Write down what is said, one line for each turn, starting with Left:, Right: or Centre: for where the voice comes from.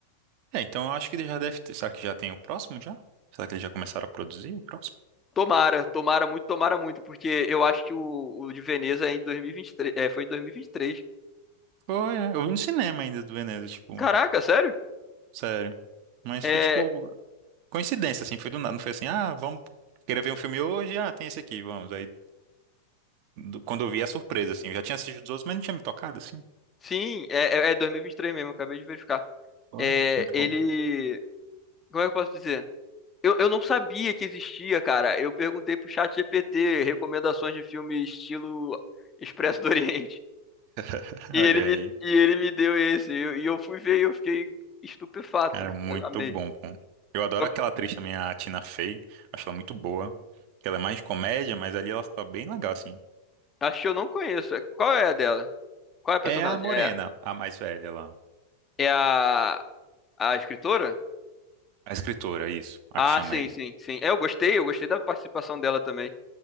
Right: É, então eu acho que ele já deve ter. Será que já tem o próximo já? Será que eles já começaram a produzir o próximo?
Left: Tomara, tomara muito, tomara muito, porque eu acho que o, o de Veneza é em 2023, é, foi em 2023.
Right: Foi, é. Eu vi no cinema ainda do Veneza, tipo.
Left: Caraca, sério?
Right: Sério. Mas
Left: É,
Right: foi tipo coincidência, assim, foi do nada. Não foi assim, ah, vamos querer ver um filme hoje, ah, tem esse aqui, vamos. Aí do- quando eu vi a surpresa, assim, eu já tinha assistido os outros, mas não tinha me tocado, assim.
Left: sim, é, é é 2023 mesmo, acabei de verificar.
Right: Foi
Left: É,
Right: muito
Left: ele,
Right: bom.
Left: como é que eu posso dizer? Eu, eu não sabia que existia, cara. Eu perguntei pro chat GPT recomendações de filme estilo Expresso do Oriente.
Right: <laughs>
Left: E
Right: Olha
Left: ele me,
Right: aí,
Left: É, e ele me deu esse. E eu, e eu fui ver e eu fiquei estupefato.
Right: cara, muito
Left: Amei.
Right: bom, pô. Eu adoro
Left: tá.
Right: aquela atriz também, a Tina Fey, acho ela muito boa. Ela é mais de comédia, mas ali ela tá bem legal, assim.
Left: Acho que eu não conheço. Qual é a dela? Qual é a personagem?
Right: É a Morena,
Left: É
Right: a mais velha lá.
Left: É a, a escritora?
Right: A escritora, isso, a
Left: Ah,
Right: que chama
Left: sim,
Right: ele.
Left: sim, sim. É, eu gostei, eu gostei da participação dela também.